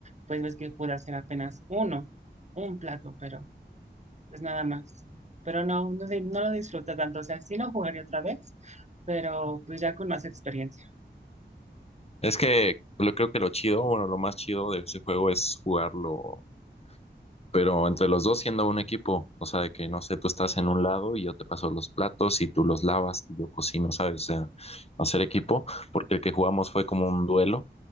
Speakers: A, on the right; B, on the left.
A: pues ves que pude hacer apenas uno, un plato, pero pues nada más. Pero no, no, di- no lo disfruto tanto, o sea, sí lo jugaría otra vez, pero pues ya con más experiencia.
B: Es que lo, creo que lo chido, bueno, lo más chido de ese juego es jugarlo pero entre los dos siendo un equipo, o sea, de que no sé, tú estás en un lado y yo te paso los platos y tú los lavas y yo cocino, ¿sabes? O sea, hacer equipo, porque el que jugamos fue como un duelo